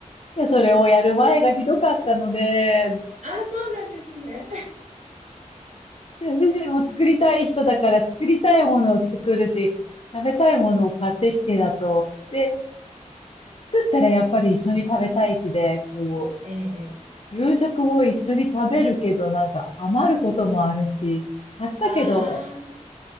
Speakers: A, on the left; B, on the right.
A: で、それをやる前がひどかったので、
B: ああ、そうなんですね。
A: でも主人も作りたい人だから作りたいものを作るし、食べたいものを買ってきてだと。で、作ったらやっぱり一緒に食べたいしで、こ
B: ええええ
A: う、夕食を一緒に食べるけど、なんか余ることもあるし、買ったけど、
B: あ